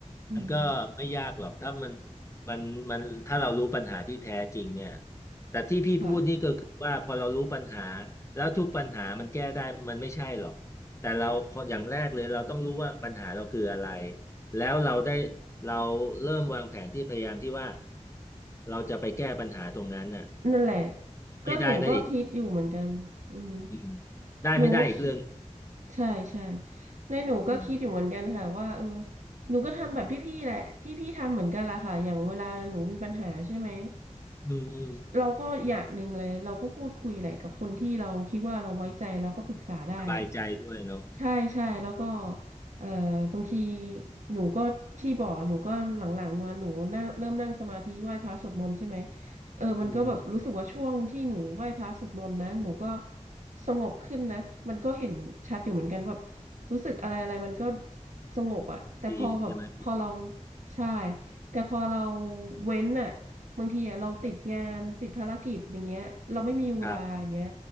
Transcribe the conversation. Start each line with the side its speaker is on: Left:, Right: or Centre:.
Right: อืม
Left: มันก็ไม่ยากหรอกถ้ามันมันมันถ้าเรารู้ปัญหาที่แท้จริงเนี่ยแต่ที่พี่พูดนี่ก็คือว่าพอเรารู้ปัญหา
Right: ค่ะ
Left: แล้วทุกปัญหามันแก้ได้มันไม่ใช่หรอกแต่เราขออย่างแรกเลยเราต้องรู้ว่าปัญหาเราคืออะไรแล้วเราได้เราเริ่มวางแผนที่พยายามที่ว่าเราจะไปแก้ปัญหาตรงนั้นน่ะ
Right: นั่นแหละก็หนูก็คิดอยู่เหมือนกันอือหอ
Left: ไม่ได้นะอีกอืมได้ไม่ได้อีกเรื่อง
Right: หนูก็ ใช่ใช่ในหนูก็คิดอยู่เหมือนกันค่ะว่าเออ
Left: อืม
Right: หนูก็ทำแบบที่พี่แหละที่พี่ทำเหมือนกันละค่ะอย่างเวลาหนูมีปัญหาใช่ไหม
Left: อืมอืม
Right: เราก็อย่างหนึ่งเลยเราก็พูดคุยแหละกับคนที่เราคิดว่าเราไว้ใจเราก็ปรึกษาได้แหละ
Left: สบายใจด้วยเนาะ
Right: ใช่ใช่แล้วก็เอ่อบางทีหนูก็ที่บ่อกหนูก็หลังๆนอนหนูน่าเริ่มนั่งสมาธิไหว้พระสวดมนต์ใช่ไหมเออมันก็แบบรู้สึกว่าช่วงที่หนูไหว้พระสวดมนต์นั้นหนูก็
Left: อืม
Right: สงบขึ้นนะมันก็เห็นชัดอยู่เหมือนกันแบบรู้สึกอะไรอะไรมันก็สงบอะแต่พอแบบพอเรา
Left: ดีใช่ไหมดี
Right: ใช่แต่พอเราเว้นอะบางทีอะเราติดงานติดภารกิจอย่างเงี้ยเราไม่มีเวลาอย่างเงี้ย
Left: ครับ